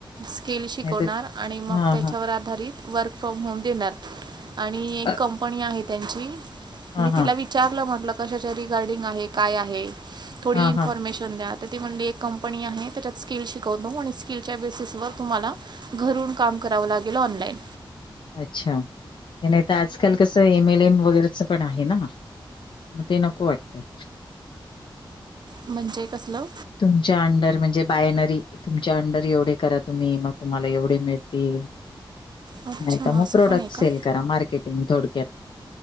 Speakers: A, on the right (about 55°); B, on the left (about 65°).
A: स्किल शिकवणार
B: नाही तर
A: आणि मग
B: हा
A: त्याच्यावर
B: हा
A: आधारित वर्क फ्रॉम होम देणार. आणि एक
B: अ-
A: कंपनी आहे त्यांची
B: हा
A: मी तिला
B: हा
A: विचारलं म्हटलं. कशाच्या रिगार्डिंग आहे काय आहे थोडी
B: हा
A: इन्फॉर्मेशन
B: हा
A: द्या. म्हण एक कंपनी आहे त्याच्यात स्किल शिकवतो आणि स्किलच्या बेसिस वर तुम्हाला घरून काम. कराव लागेल ऑनलाईन.
B: अच्छा नाही तर आजकाल कसं एम एल एम वगैरेच पण आहे ना. मग ते नको वाटत.
A: म्हणजे कसलं?
B: तुमच्या अंडर म्हणजे, बायनरी, तुमच्या अंडर एवढे करा तुम्ही, मग तुम्हाला एवढे मिळतील.
A: अच्छा
B: नाही तर मग
A: असं
B: प्रोडक्ट
A: पण आहे का
B: सेल करा, मार्केटिंग थोडक्यात.